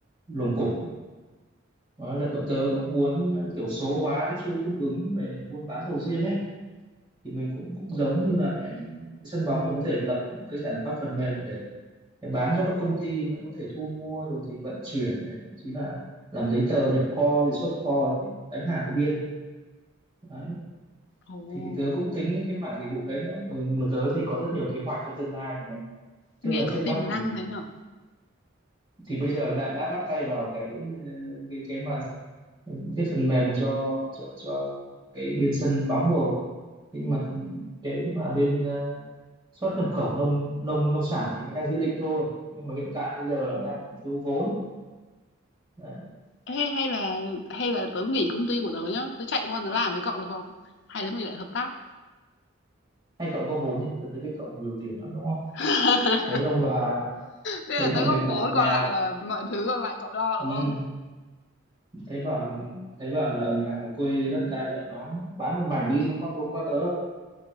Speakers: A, on the right (about 25°); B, on the left (about 55°).
A: lồng cộp đó là bọn tớ cũng muốn kiểu số hóa cái chuỗi cung ứng về buôn bán sầu riêng ấy thì mình cũng cũng giống như là cái sân bóng mình có thể lập cái giải pháp phần mềm để, để bán cho các công ty mà có thể thu mua rồi thì vận chuyển này thậm chí là làm giấy tờ nhập kho thì xuất kho thì đánh hàng có biên đấy
B: Ồ.
A: thì tớ cũng tính đến cái mảng dịch vụ đấy nữa ừ, mà tớ thì có rất nhiều kế hoạch cho tương lai này.
B: Nghe
A: tức là
B: có
A: trước
B: tiềm
A: mắt
B: năng
A: thì
B: thế nhở?
A: thì bây giờ đã đã bắt tay vào cái cái cái mà viết phần mềm cho cho cho cái bên sân bóng rồi thế nhưng mà cái mà bên ờ, xuất nhập khẩu nông nông nông sản thì mới đang dự định thôi nhưng mà hiện tại bây giờ là đang thiếu vốn đấy
B: Ê, hay là hay là tớ nghỉ công ty của tớ nhá, tớ chạy qua tớ làm với cậu được không? Hai đứa mình lại hợp tác.
A: hay cậu có vốn thì tôi tôi biết cậu nhiều tiền lắm đúng không
B: <laughs>
A: thấy ông bà
B: Thế là
A: thấy mọi
B: tớ
A: người
B: góp
A: bảo
B: vốn
A: nhà
B: còn lại là mọi thứ còn lại cậu lo
A: ừ,
B: đúng không?
A: thấy bảo thấy bảo là ở nhà ở quê đất đai rộng lắm bán một mảnh đi xong có vốn qua tớ